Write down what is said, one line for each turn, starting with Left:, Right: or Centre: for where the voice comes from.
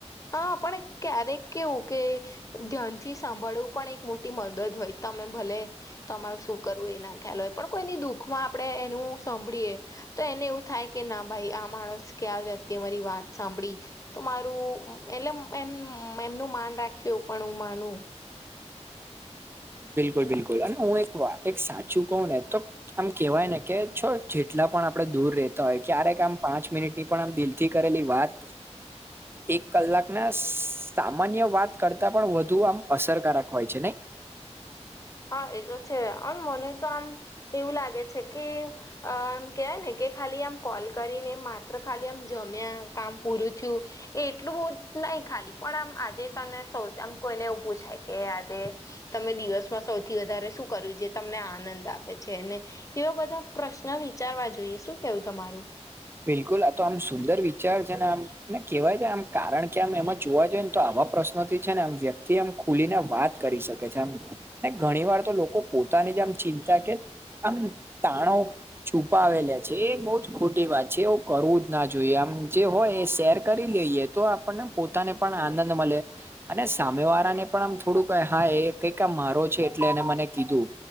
Left: હા, પણ ક્યારેક કેવું કે ધ્યાનથી સાંભળવું પણ એક મોટી મ મદદ હોય તમે ભલે તમારું શું કરવું એ ના ખ્યાલ હોય પણ કોઈની દુઃખમાં આપણે એનું સાંભળીએ તો એને એવું થાય કે ના ભાઈ આ માણસ કે આ વ્યક્તિએ મારી વાત સાંભળી. તો મારું એટલે એમ એમનું માન રાખ્યું પણ હું માનું.
Right: બિલકુલ બિલકુલ. અને હું એક વાત એક સાચું કહું ને તો આમ કેવાય ને કે છો જેટલા પણ આપડે દૂર રતા હોય, ક્યારેક આમ પાંચ મિનિટ ની પણ આમ દિલ થી કરેલી વાત એક કલાક ના સામાન્ય કરતા પણ વધુ આમ અસરકારક હોય છે નહી.
Left: હા, એ તો છે. અને મને તો આમ એવું લાગે છે કે અ એમ કેહેવાય ને કે ખાલી આમ કોલ કરીને માત્ર ખાલી આમ જમ્યા, કામ પૂરું થયું એ એટલું બહ નહી ખાલી. પણ આમ આજે તને સૌ આમ કોઈને એવું પૂછાય કે આજે તમે દિવસ સૌથી વધારે શું કર્યું? જે તમને આનંદ આપે છેને એવા બધા પ્રશ્ન વિચારવા શું કેવું તમારું?
Right: બિલકુલ! આ તો આમ સુંદર વિચાર છે ને આમ. ને કેહેવાય કે આમ કારણ કે આમ એમાં જોવા જઈએ ને તો આવા પ્રશ્નોથી છે ને આમ વ્યક્તિ એમ ખુલીને વાત કરી શકે છે. આમ ને ઘણી વાર તો લોકો પોતાની જે આમ ચિંતા કે આમ તાણાવ છુપાવે લ્યા. જે એ બહુ જ ખોટી વાત. છે એવું કરવું જ ના જોઈએ. આમ જે હોય એ શેર કરી લઈએ તો આપણને પોતાને પણ આનંદ મળે. અને સામે વાળા ને પણ આમ થોડું કે હા એ કંઈક મારો છે એટલે એને મને કીધું.